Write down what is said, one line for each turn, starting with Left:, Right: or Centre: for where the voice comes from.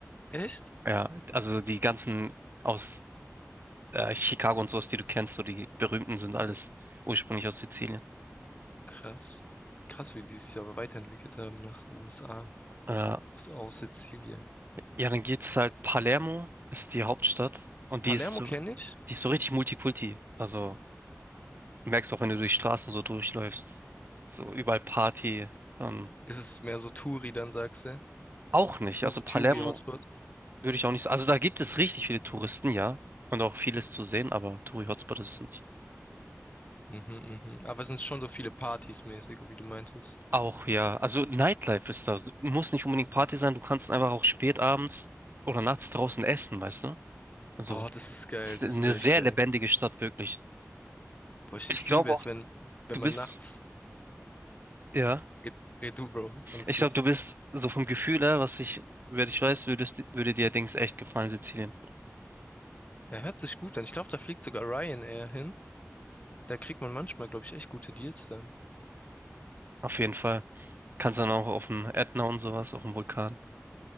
Left: Echt?
Right: Ja, also die ganzen aus äh, Chicago und sowas, die du kennst, so die berühmten sind alles ursprünglich aus Sizilien.
Left: Krass. Krass, wie die sich aber weiterentwickelt haben nach USA,
Right: Äh,
Left: aus, aus Sizilien.
Right: ja, dann geht's halt, Palermo ist die Hauptstadt und
Left: Palermo
Right: die ist so,
Left: kenne ich.
Right: die ist so richtig Multikulti. Also merkst auch, wenn du durch Straßen so durchläufst, so überall Party. Ähm,
Left: Ist es mehr so Touri, dann sagst du?
Right: auch nicht.
Left: Touri,
Right: Also Palermo
Left: Touri-Hotspot.
Right: würde ich auch nicht. s- Also da gibt es richtig viele Touristen, ja, und auch vieles zu sehen, aber Touri-Hotspot ist es nicht.
Left: Mhm, mhm. Aber es sind schon so viele Partys mäßig, wie du meintest.
Right: Auch ja, also Nightlife ist da. Muss nicht unbedingt Party sein, du kannst einfach auch spät abends oder nachts draußen essen, weißt du? Also,
Left: Oh, das ist geil,
Right: es
Left: das
Right: ist eine
Left: ist echt
Right: sehr
Left: geil.
Right: lebendige Stadt, wirklich.
Left: Boah, ich,
Right: Ich
Left: ich
Right: glaube
Left: liebe es,
Right: auch,
Left: wenn, wenn
Right: du
Left: man
Right: bist,
Left: nachts.
Right: ja,
Left: Red, red du, Bro. Alles
Right: ich
Left: gut.
Right: glaube, du bist so vom Gefühl her, was ich, wer ich weiß, würdest, würde dir Dings echt gefallen, Sizilien.
Left: Ja, hört sich gut an. Ich glaube, da fliegt sogar Ryanair hin. Da kriegt man manchmal, glaube ich, echt gute Deals dann.
Right: Auf jeden Fall. Kannst dann auch auf dem Ätna und sowas, auf dem Vulkan. <laughs>